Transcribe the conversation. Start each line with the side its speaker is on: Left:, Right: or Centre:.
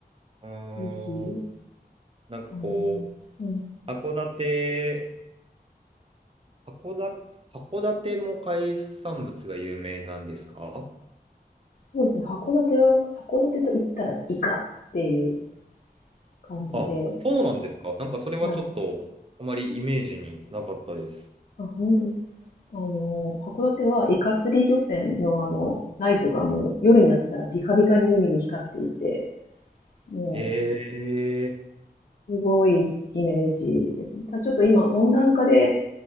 Right: うーん、
Left: ぜひ、
Right: なんかこ
Left: あの、うん、
Right: う、函館函館、函館も海産物が有名なんですか
Left: そうですね、函館を、函館と言ったらイカっていう感じで、
Right: あ、そうなんですか。なんかそれはちょっとあまりイメージになかったです。
Left: はい。あ、本当です。あの、函館はイカ釣り漁船のあの、ライトがもう夜になったらビカビカに海に光っていて、も
Right: へえ、
Left: うすごいイメージですね。ただちょっと今温暖化で